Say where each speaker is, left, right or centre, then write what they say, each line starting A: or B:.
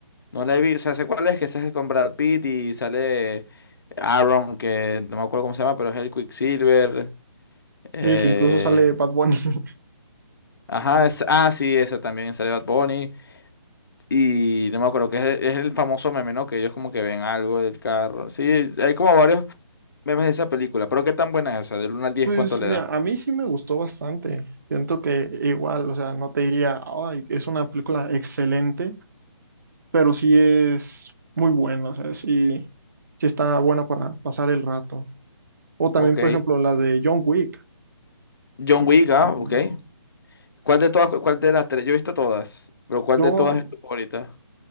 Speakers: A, on the left (about 50°); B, on the right (about 45°).
A: no la he visto. O sea, sé cuál es, que esa es con Brad Pitt y sale Aaron, que no me acuerdo cómo se llama, pero es el Quicksilver. eh,
B: y que incluso sale Bad Bunny. <laughs>
A: ajá, es- ah, sí, esa también sale Bad Bunny. Y no me acuerdo, que es, el es el famoso meme, ¿no? Que ellos como que ven algo del carro. Sí, hay como varios memes de esa película, pero qué tan buena es esa, del uno al 10
B: Pues
A: ¿cuánto le
B: mira,
A: da?
B: a mí sí me gustó bastante. Siento que igual, o sea, no te diría, ay, es una película excelente, pero sí es muy buena, o sea, sí, sí está buena para pasar el rato. O también,
A: Ok.
B: por ejemplo, la de John Wick,
A: John
B: también
A: Wick,
B: son,
A: ah, ok. ¿Cuál de todas, cuál de las tres? Yo he visto todas, pero ¿cuál
B: yo
A: de todas es tu favorita?